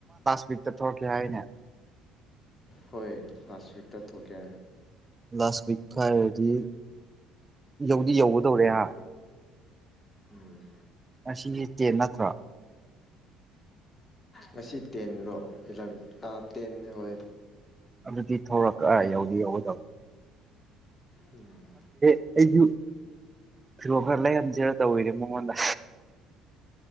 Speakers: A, on the right; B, on the left.
A: ꯛꯇ ꯊꯣꯔꯛꯀꯦ ꯍꯥꯏꯌꯦꯅꯦ
B: ꯍꯣꯏ ꯂꯥꯁ ꯋꯤꯛꯇ ꯊꯣꯛꯀꯦ
A: ꯂꯥꯁ ꯋꯤꯛ ꯍꯥꯏꯥꯔꯗꯤ ꯌꯧꯗꯤ ꯌꯧꯒꯗꯧꯔꯦ ꯍꯥ
B: ꯎꯝ
A: ꯑꯁꯤꯁꯦ ꯇꯦꯟ ꯅꯠꯇ꯭ꯔꯣ
B: ꯉꯁꯤ ꯇꯦꯟꯂꯣ ꯏꯂꯥ ꯇꯦꯟꯅꯦ ꯍꯣꯏ
A: ꯑꯗꯨꯗꯤ ꯊꯧꯔꯛꯀ ꯌꯧꯗꯤ ꯌꯧꯒꯗꯧ
B: ꯎꯝ
A: ꯑꯩꯁꯨꯨ ꯐꯤꯔꯣꯜ ꯈꯔ ꯂꯩꯈꯟꯁꯤꯔ ꯇꯧꯔꯤꯅꯦ ꯃꯉꯣꯟꯗ